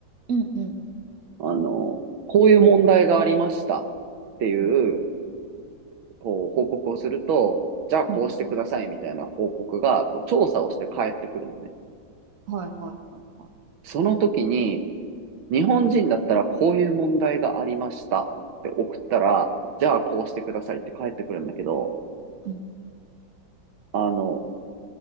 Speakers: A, on the right; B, on the right.
A: んうん
B: あのーこういう問題がありましたっていう、
A: うん
B: こう、報告をすると、じゃあこうしてくださいみたいな報告が、
A: うん
B: こう、調査をして返ってくるのね。
A: はいはいはいはい
B: その時に、日本人だったらこういう問題がありましたって送ったら、じゃあこうしてくださいって返ってくるんだけど、
A: うん
B: あの、